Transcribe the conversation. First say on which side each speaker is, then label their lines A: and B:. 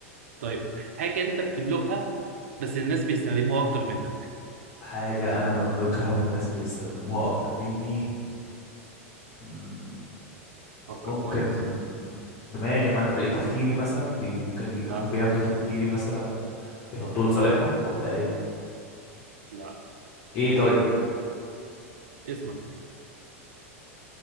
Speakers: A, on the right; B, on the left.
A: طيب حاجة أنت بتملكها بس الناس بيستخدموها أكتر منك
B: حاجه انا بملكها والناس بيستخدموها اكتر مني مم،
A: فكر
B: ممكن
A: كويس
B: دماغي ما طريقه تفكيري مثلا بي ممكن يكونوا
A: لا
B: بياخدوا تفكيري مثلا يحطوه
A: لا
B: لصالحهم ولا ايه
A: لا
B: ايه طيب
A: اسمك